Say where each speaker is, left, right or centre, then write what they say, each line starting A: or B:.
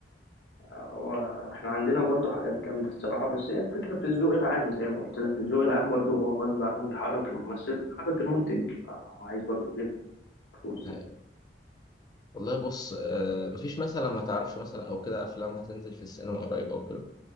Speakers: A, on the left; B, on the left.
A: هو احنا عندنا برضو حاجات جامدة الصراحة بس هي الفكرة في الذوق العام زي ما قلت لك الذوق العام برضو هو غصب عنه بيحرك الممثل بيحرك المنتج آه، هو عايز برضو يلم فلوس
B: ده حقيقي
A: يعني
B: والله بص آه مفيش مثلا ما تعرفش مثلا او كده افلام هتنزل في السينما قريب او كده